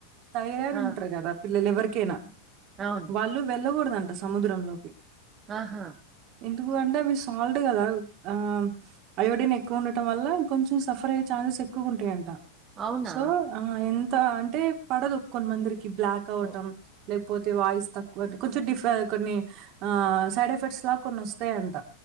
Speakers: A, on the right; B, on the right.
A: థైరాయిడ్
B: ఆ,
A: ఉంటారు కదా పిల్లలు ఎవరికైనా
B: అవును
A: వాళ్ళు వెళ్ళకూడదంట సముద్రంలోకి
B: ఆహా
A: ఎందుకు అంటే అవి సాల్ట్ కదా ఆ అయోడిన్ ఎక్కువ ఉండటం వల్లం కొంచెం సఫర్ అయ్యే చ స్ ఎక్కుంటాయంట
B: అవునా
A: సో ఆ ఎంత అంటే పడదు కొన్ని మందిరికి బ్లాక్ అవటం
B: ఓ-
A: లేకపోతే వాయిస్ తక్కువ అంటే కొంచెం డిఫ కొన్ని ఆ సైడ్ ఎఫెక్ట్స్ లా కొన్ని వస్తాయంట